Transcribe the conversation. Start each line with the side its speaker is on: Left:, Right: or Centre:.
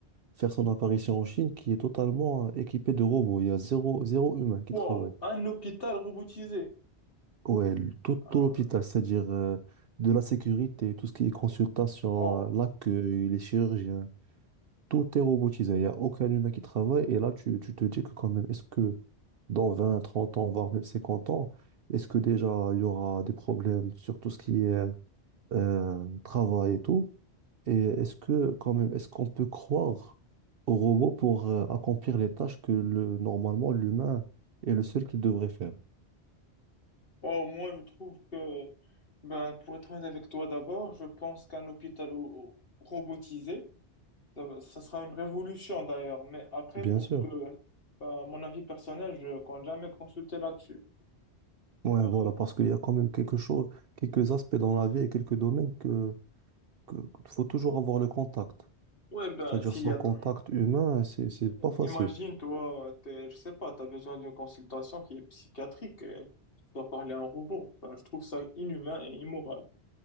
Right: faire son apparition en Chine, qui est totalement euh, équipé de robots. Il y a zéro, zéro humain qui
Left: Wow,
Right: travaille.
Left: un hôpital robotisé.
Right: Ouais, le- tout, tout
Left: Ah,
Right: l'hôpital, c'est-à-dire euh, de la sécurité, tout ce qui est consultation,
Left: Wow.
Right: euh, l'accueil, les chirurgiens, tout est robotisé. Il n'y a aucun humain qui travaille. Et là, tu, tu te dis que quand même, est-ce que dans 20, 30 ans, voire même 50 ans, est-ce que déjà il y aura des problèmes sur tout ce qui est euh, travail et tout? Et est-ce que, quand même, est-ce qu'on peut croire au robot pour euh, accomplir les tâches que le, normalement l'humain est le seul qui devrait faire?
Left: Oh, moi, je trouve que, ben, pour être honnête avec toi d'abord, je pense qu'un hôpital au- au- robotisé, ça, ça sera une révolution d'ailleurs. Mais après,
Right: Bien
Left: pour
Right: sûr.
Left: que, ben, mon avis personnel, je compte jamais consulter là-dessus.
Right: Ouais,
Left: Ben,
Right: voilà, parce qu'il y a quand même quelque chose, quelques aspects dans la vie et quelques domaines que, que, qu'il faut toujours avoir le contact.
Left: ouais, ben,
Right: C'est-à-dire
Left: s'il
Right: sans
Left: y a,
Right: contact
Left: t-
Right: humain, c'est, c'est pas facile.
Left: imagine, toi, t'es, je sais pas, t'as besoin d'une consultation qui est psychiatrique et tu dois parler à un robot. Ben, je trouve ça inhumain et immoral.